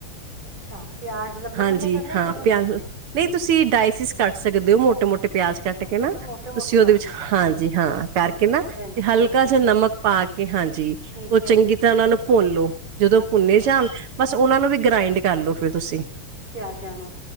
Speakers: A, on the right; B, on the right.
A: ਅੱਛਾ ਪਿਆਜ ਲੰਬੇ
B: ਹਾਂਜੀ!
A: ਲੰਬੇ ਕਰਨੇ
B: ਹਾਂ,
A: ਕਿਵੇਂ
B: ਪਿਆ
A: ਕਰਨੇ
B: ਨਹੀਂ
A: ਨੇ
B: ਤੁਸੀਂ ਡਾਇਸਿਸ ਕੱਟ ਸਕਦੇ ਹੋ। ਮੋਟੇ ਮੋਟੇ ਪਿਆਜ ਕੱਟ
A: ਅੱਛਾ
B: ਕੇ ਨਾ
A: ਅੱਛਾ ਮੋਟੇ
B: ਤੁਸੀਂ
A: ਮੋਟੇ ਕੱਟਣੇ
B: ਉਹਦੇ ਵਿੱਚ। ਹਾਂਜੀ! ਹਾਂ, ਕਰਕੇ
A: ਅੱਛਾ
B: ਨਾ
A: ਅੱਛਾ
B: ਤੇ
A: ਭੈਣ ਜੀ ਠੀਕ
B: ਹਲਕਾ
A: ਠੀਕ
B: ਜਿਹਾ ਨਮਕ ਪਾ ਕੇ। ਹਾਂਜੀ!
A: ਠੀਕ
B: ਉਹ ਚੰਗੀ
A: ਹੈ
B: ਤਰ੍ਹਾਂ ਉਹਨਾਂ ਨੂੰ ਭੁੰਨ ਲੋ। ਜਦੋਂ
A: ਅੱਛਾ
B: ਭੁੰਨੇ
A: ਅੱਛਾ
B: ਜਾਨ ਬਸ ਉਹਨਾਂ ਨੂੰ ਵੀ ਗ੍ਰਾਇੰਡ ਕਰ ਲੋ ਫਿਰ ਤੁਸੀਂ
A: ਪਿਆਜਾਂ ਨੂੰ